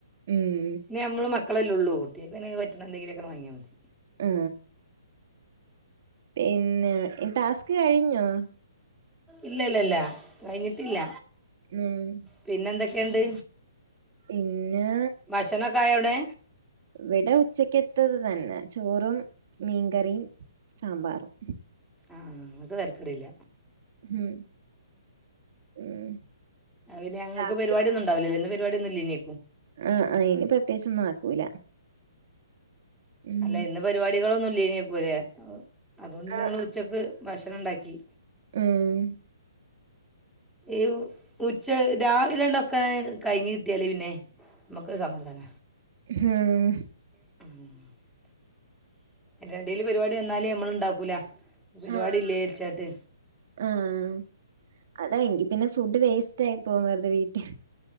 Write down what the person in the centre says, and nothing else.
പിന്ന നമ്മ മക്കളെല്ലേ ഉള്ളൂ പിന്നെ പറ്റണ എന്തെങ്കിലുക്കെ വാങ്ങിയാൽ മതി
ഇല്ല ഇല്ല ഇല്ല കഴിഞ്ഞിട്ടില്ല
പിന്നെന്തൊക്കെയണ്ട്
ഭക്ഷണൊക്കൊയവിടെ
ആഹ അത് തരക്കടില്ല
അവ ഞങ്ങക്ക്
പരിപാട ഒന്നണ്ടാവില്ലല്ലന്ന് പരിപാടൊന്നുല്ലനി
അല്ല ഇന്ന് പരിപാടികളൊന്നുംല്ലനക്കൂല്ലേ അതുകൊണ്ട് നിങ്ങൾ
ഉച്ചക്ക് ഭക്ഷണം ഉണ്ടാക്കി
ഈ ഉച്ച രാവിലെണ്ടൊക്കെ കഴിഞ് കിട്ടിയാലേ പിന്നെ മക്ക് സമാധാന
<unintelligible> അയ്ന്റെ എടീല് പരിപാടി വന്നാല് നമ്മൾ ഉണ്ടാക്കൂല ഇഞ് പരിപാടി
ഇല്ലേര്ച്ചാട്ട്.